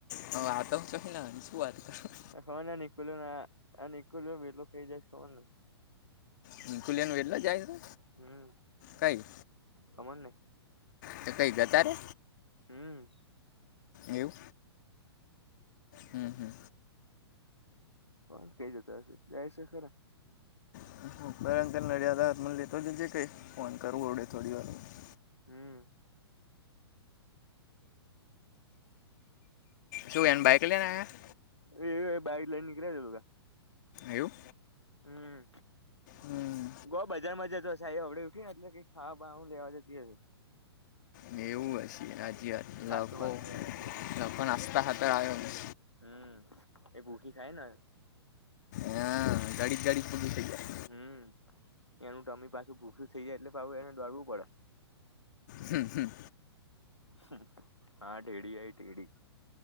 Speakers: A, on the left (about 45°); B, on the left (about 85°).
A: હ વાતો હું છુકના શું વાત કરું.
B: <inaudible>
A: હા ખુલે ને એટલે જાય છે
B: હમ
A: કાય.
B: ખબર ને
A: ત કઈ ગયા અતારે.
B: હમ્મ.
A: એવુ. હમ્મ હમ્મ.
B: ફોન તો કેયરો હશે જાય છે ખરા.
A: <inaudible>
B: હમ્મ.
A: શું એન બાઈક લઈને આયા.
B: એ બાઈક લઈને નીકળ્યા છે ઓલા.
A: એવું.
B: હમ્મ.
A: હમ.
B: ગો બજારમાં જતો સાહી ઓડર ઉઠીને એટલે કે ખાવા બાઉ હું લેવા જતી હશે.
A: મે ઉ આચી આજીવાત લખો
B: નાસ્તો બાસ્તો લેવા જતી
A: લખો નાસ્તા હા હાતર આવ્યો.
B: હમ્મ એ ભૂખી થાય ને.
A: હા ઘણી ધણી ભુખી થઈ જાય.
B: હમ એનું ટમી પાછું ભૂખું થઇ જાય એટલે ભ એને દોડવું પડે.
A: હમ્મ હમ્મ.
B: હમ્મ હમ્મ આ ટેડી આઈ ટેડી.